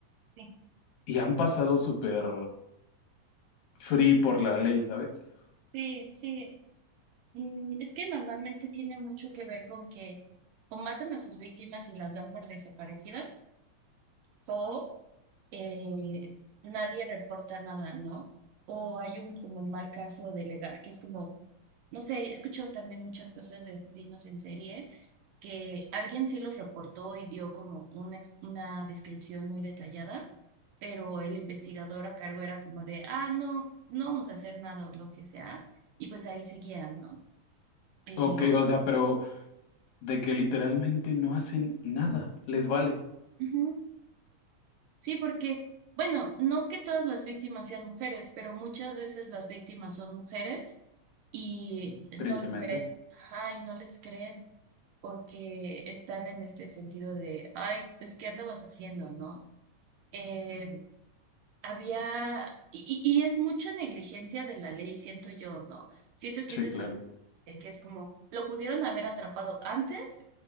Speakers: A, on the right (about 75°); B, on the left (about 70°).
A: Sí,
B: y han pasado súper free por la ley, ¿sabes?
A: sí, sí. Mm, Es que normalmente tiene mucho que ver con que o matan a sus víctimas y las dan por desaparecidas, o eh, nadie reporta nada, ¿no? O hay un como mal caso de legal, que es como, no sé, he escuchado también muchas cosas de asesinos en serie, que alguien sí los reportó y dio como una, ex- una descripción muy detallada, pero el investigador a cargo era como de, ah, no, no vamos a hacer nada o lo que sea, y pues ahí seguían, ¿no? Eh,
B: Ok, o sea, pero de que literalmente no hacen nada, les vale,
A: ujú. Sí, porque, bueno, no que todas las víctimas sean mujeres, pero muchas veces las víctimas son mujeres y
B: tristemente.
A: no les creen. Ajá, y no les creen porque están en este sentido de, ay, pues, ¿qué andabas haciendo, no? Eh, había, y, y y es mucha negligencia de la ley, siento yo, ¿no? Siento que
B: Sí,
A: ese
B: claro.
A: es, eh, que es como, lo pudieron haber atrapado antes,